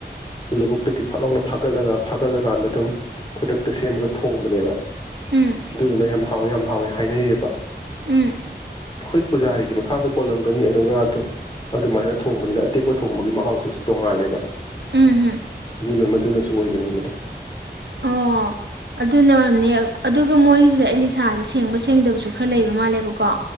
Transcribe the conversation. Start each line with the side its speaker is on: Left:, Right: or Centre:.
Left: ꯂꯧꯕꯨꯛꯇꯒꯤ ꯐꯥꯛ ꯂꯥꯎꯅ ꯐꯥꯒꯠꯂꯒ ꯐꯥꯒꯠꯂꯀꯥꯟꯗ ꯑꯗꯨꯝ ꯈꯨꯗꯛꯇ ꯁꯦꯝꯃꯒ ꯊꯣꯡꯕꯅꯦꯕ
Right: ꯎꯝ
Left: ꯑꯗꯨꯗꯨꯅ ꯌꯥꯝ ꯍꯥꯎꯋꯦ ꯌꯥꯝ ꯍꯥꯎꯋꯦ ꯍꯥꯏꯅꯩꯌꯦꯕ
Right: ꯎꯝ ꯎꯝ
Left: ꯍꯣꯏ ꯄꯨꯖꯥꯔꯤꯒꯤ ꯃꯈꯥꯁꯨ ꯄꯣꯜꯂꯝꯒꯅꯤ ꯑꯗꯣ ꯉꯥꯗꯣ ꯑꯗꯨꯃꯥꯏꯅ ꯊꯣꯡꯕꯅꯤꯅ ꯑꯇꯦꯛꯄ ꯊꯣꯡꯕꯒꯤ ꯃꯍꯥꯎꯁꯤꯁꯨ ꯇꯣꯡꯉꯥꯜꯂꯦꯕ
Right: ꯎꯝ ꯍꯝ
Left: ꯑꯗꯨꯅ ꯃꯗꯨꯅꯁꯨ ꯑꯣꯏꯒꯅꯤ ꯃꯗꯣ
Right: ꯑꯣ ꯑꯗꯨꯅ ꯑꯣꯏꯔꯝꯅꯦ ꯑꯗꯨꯒ ꯃꯣꯏꯒꯤꯁꯤꯗ ꯑꯩ ꯂꯤꯁꯥꯁꯦ ꯁꯦꯡꯕ ꯁꯦꯡꯗꯕꯁꯨ ꯈꯔ ꯂꯩꯕ ꯃꯥꯜꯂꯦꯕꯀꯣ